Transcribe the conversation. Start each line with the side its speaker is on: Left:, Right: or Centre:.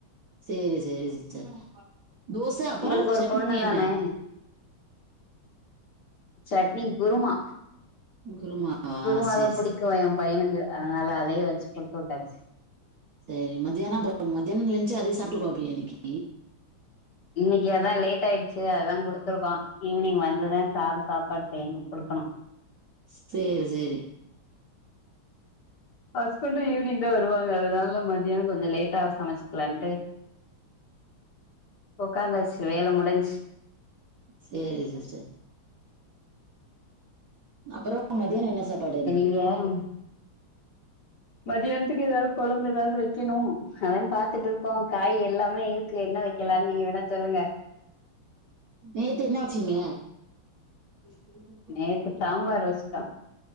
Right: செரி செரி சிஸ்டர் தோச அப்புறோ
Left: உங்களுக்கு ஒரு
Right: சட்னி
Left: பொண்ணு தானே
Right: என்ன
Left: சட்னி குருமா
Right: குருமாவா
Left: குருமாதா
Right: சேரி
Left: பிடிக்கோ
Right: சேரி
Left: ஏ பையனுக்கு அ அதனால அதையே வெச்சு குடுத்து விட்டாச்சு
Right: சரி மத்தியானம் அப்புறோ மதியியானம் லஞ்சு அதயே சாப்ட்டுக்குவாப்படியா இன்னிக்கு
Left: இன்னிக்கு அதா லேட் ஆயிடுச்சு அதா குடுத்துருக்கோ ஈவினிங் வந்துதா சாத சாப்பாடு செய்யணோ குடுக்கணோ
Right: செரி சேரி
Left: ஹஸ்பண்டோ ஈவினிங் தா வருவாங்க அதனால மதியானோ கொஞ்சோ லேட்டாவே சமச்சக்கலான்ட்டு ஒக்காந்தாச்சு வேல முடிஞ்சு
Right: செரி சிஸ்டர் அப்புறோ மதியானோ என்ன சாப்பாடு
Left: ஏ ம் மதியானத்துக்கு எதாவது கொழம்பு எதாவது வெக்கணோ அதா பாத்துட்டு இருக்கோ காய் எல்லாமே இருக் என்ன வெக்கலானு நீங்க வேணா சொல்லுங்க
Right: நேத்து என்ன வெச்சீங்க <unintelligible>
Left: நேத்து சாம்பாரு வெச்சிட்டோ